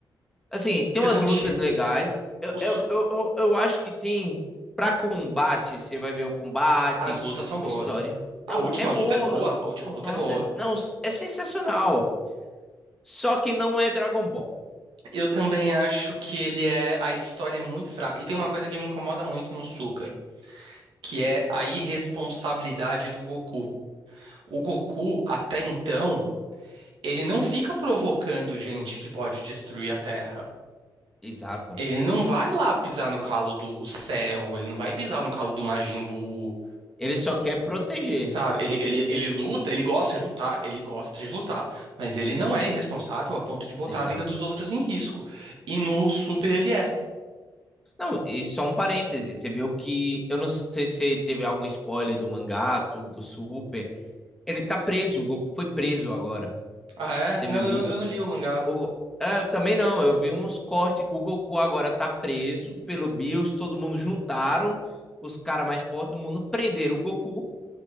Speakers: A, in the centre; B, on the right.
A: Assim, tem
B: Cansativo.
A: umas lutas legais. Eu,
B: Os-
A: eu, eu, eu, eu acho que tem. Pra combate, você vai ver o combate,
B: as lutas são
A: uma
B: boas.
A: história.
B: A
A: Não,
B: última
A: é boa.
B: luta é boa. A última luta
A: Nossa,
B: é boa.
A: não, é sensacional. Só que não é Dragon Ball.
B: Eu também acho que ele é. A história é muito fraca. E tem uma coisa que me incomoda muito no Super, que é a irresponsabilidade do Goku. O Goku, até então, ele não fica provocando gente que pode destruir a Terra.
A: Exato.
B: Ele não vai lá pisar no calo do Cell, ele não vai pisar no calo do Majin Buu,
A: Ele só quer proteger.
B: sabe? Ele, ele, ele luta, ele gosta de lutar, ele gosta de lutar, mas ele não é irresponsável a ponto de botar
A: Exato.
B: a vida dos outros em risco. E no Super ele é.
A: Não, e só um parêntese, você viu que eu não sei se teve algum spoiler do mangá, tudo do Super. Ele tá preso, o Goku foi preso agora.
B: Ah, é?
A: Você
B: Não,
A: viu
B: eu
A: isso?
B: eu não li o mangá.
A: O... Ah, também não, eu vi uns cortes. O Goku agora tá preso pelo Bills, todo mundo juntaram, os caras mais fortes do mundo prenderam o Goku,